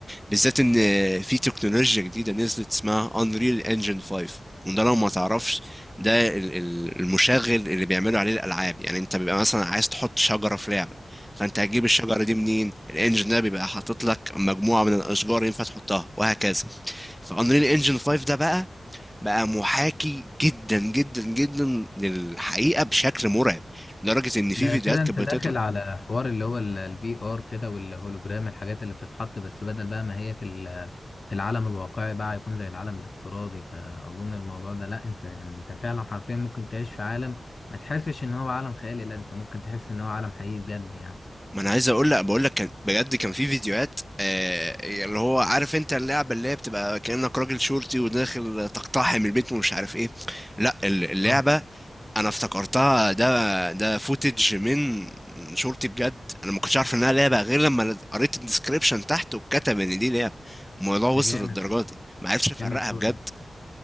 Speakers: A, in the centre; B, on the left.
A: بالذات ان في تكنولوجيا جديده نزلت اسمها Unreal Engine 5 وده لو ما تعرفش ده ال- ال- المشغل اللي بيعملوا عليه الالعاب يعني انت بيبقى مثلا عايز تحط شجره في لعبه فانت هتجيب الشجره دي منين الانجن ده بيبقى حاطط لك مجموعه من الاشجار ينفع تحطها وهكذا فانريل انجن 5 ده بقى بقى محاكي جدا جدا جدا للحقيقة بشكل مرعب لدرجة ان في
B: ده
A: فيديوهات
B: كده
A: كانت
B: انت داخل
A: بتطلع
B: على حوار اللي هو الفي ار كده والهولوجرام الحاجات اللي بتتحط بس بدل بقى ما هي في ال- في العالم الواقعي بقى يكون زي العالم الافتراضي فاظن الموضوع ده لا انت يعني انت فعلا حرفيا ممكن تعيش في عالم ما تحسش ان هو عالم خيالي لا انت ممكن تحس ان هو عالم حقيقي بجد يعني
A: ما انا عايز اقول لك بقول لك كان بجد كان في فيديوهات آه اللي هو عارف انت اللعبه اللي هي بتبقى كانك راجل شرطي وداخل تقتحم البيت ومش عارف ايه لا ال- اللعبه
B: اه
A: انا افتكرتها ده ده فوتج من شرطي بجد انا ما كنتش عارف انها لعبه غير لما قريت الديسكريبشن تحت وكتب ان دي لعبه الموضوع وصل
B: ده جامد
A: للدرجه دي ما عرفش افرقها
B: جامد قوي
A: بجد